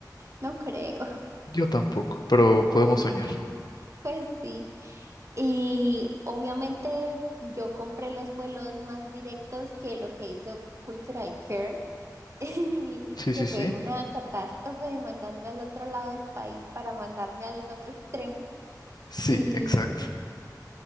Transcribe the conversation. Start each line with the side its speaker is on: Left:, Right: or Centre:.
Right: No creo.
Left: Yo tampoco, pero podemos soñar.
Right: Pues sí. Y obviamente yo compré los vuelos más directos que lo que hizo Cultural Care, <laughs> y
Left: Sí,
Right: que
Left: sí,
Right: fue
Left: sí.
Right: una catástrofe de mandarme al otro lado del país para mandarme al otro extremo.
Left: Sí,
Right: Y,
Left: exacto.